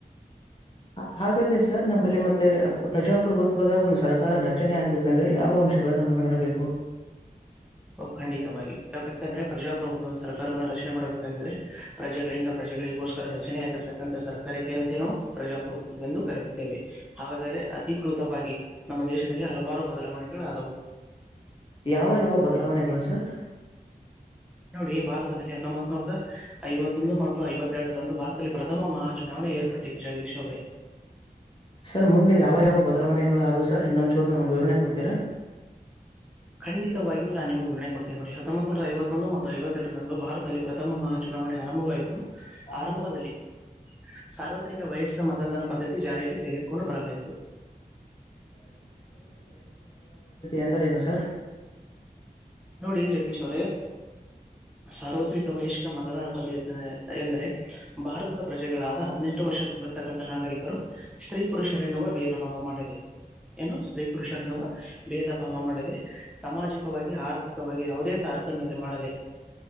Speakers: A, on the left; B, in the centre.
A: ಹಾ- ಹಾಗಾದ್ರೆ ಸರ್ ನಮ್ಮಲ್ಲಿ ಮತ್ತೆ ಪ್ರಜಾಪ್ರಭುತ್ವದ ಒಂದು ಸರ್ಕಾರ ರಚನೆ ಆಗ್ಬೇಕಂದ್ರೆ ಯಾವ ಅಂಶಗಳನ್ನ ಮನಗಣಬೇಕು
B: ಖಂಡಿತವಾಗಿ ಯಾಕೆಾಂದ್ರ ಪ್ರಜಾಪ್ರಭುತ್ವ ಸರ್ಕಾರವವನ್ನು ರಚನೆ ಮಾಡಬೇಕಾಗಿದ್ರೆ ಪ್ರಜೆಗಳಿಂದ ಪ್ರಜೆಗಳಿಗೋಸ್ಕರ ರಚನೆ ಆಗಿರ್ತಕ್ಕಂಥ ಸರ್ಕಾರಕ್ಕೇನಂತೆ ನಾವು ಪ್ರಜಾಪ್ರಭುತ್ವವೆಂದು ಕರೆಯುತ್ತೇವೆ ಹಾಗಾದೆ ಅಧಿಕೃತವಾಗಿ ನಮ್ಮ ದೇಶದಲ್ಲಿ ಹಲವಾರು ಬದಲಾವಣೆಗಳ ಆದವು
A: ಯಾವ ಯಾವ ಬದಲಾವಣೆಗಳು ಸರ್
B: ನೋಡಿ ಭಾರತದಲ್ಲಿ ಹತ್ತೊಂಬತ್ ನೋಡ್ದ ಐವತ್ತೊಂದು ಮತ್ತು ಐವತ್ತೆರಡರಂದು ಭಾರತದಲ್ಲಿ ಪ್ರಥಮ ಮಾ ಚುನಾವಣೆ ಏರ್ ಪಟ್ಟಿ ಜಾಗ್ರ ಸೆ
A: ಸರ್ ಮುಂದೆ ಯಾವ ಯಾವ ಬದಲಾವಣೆಗಳುಾದ ಸರ್ ಇನ್ನೊಂಚೂರು ನಮ್ಗ್ ವಿವರಣೆ ಕೊಡ್ತೀರಾ
B: ಖಂಡಿತ ವಿಯೂ ನಾ ನಿಮ್ದುಗರಣೆ ಕೊಡ್ತೀಿ ನೋಡಿ ಹತ್ತೋಬಂತುನೂರ ಐವತ್ತೆರಡರಂದು ಭಾರತದಲ್ಲಿ ಪ್ರಥಮ ಮಹ ಚುನಾವಣೆ ಆರಂಭವಾಯಿತು
A: ಕೊಡ್ತೀರಾ
B: ಆರಂಭದಲ್ಲಿ ಸಾರ್ವತ್ರಿಕ ವಯಸ್ಕ ಮತದಾನ ಪದ್ಧತಿ ಜಾರಿಯಲ್ಲಿ ತೆಗೆದುಕೊಂಡು ಬರಲಾಯಿತು
A: ಎಂದರ ಏನು ಸರ್
B: ನೋಡಿ ಜಗದೀಶ್ವರೇ ಸಾರ್ವತ್ರಿಕ ವಹಿಷ್ಕ ಮತದಾನ ಪದ ಎಂದರೆ ಭಾರತದ ಪ್ರಜೆಗಳಾದ ಹದಿನೆಂಟು ವರ್ಷ ತುಂಬಿರ್ತಕ್ಕಂಥ ನಾಗರಿಕರು ಸ್ತ್ರೀ ಪುರುಷರೆನ್ನುವ ಭೇದ ಭಾವ ಮಾಡದೆ ಏನು ಸ್ತ್ರೀ ಪುರುಷರೆನ್ನುವ ಭೇದ ಭಾವ ಮಾಡದೆ ಸಾಮಾಜಿಕವಾಗಿ ಆರ್ಥಿಕ ಯಾವುದೇ ತಾರತಮ್ಯ ಮಾಡದೆ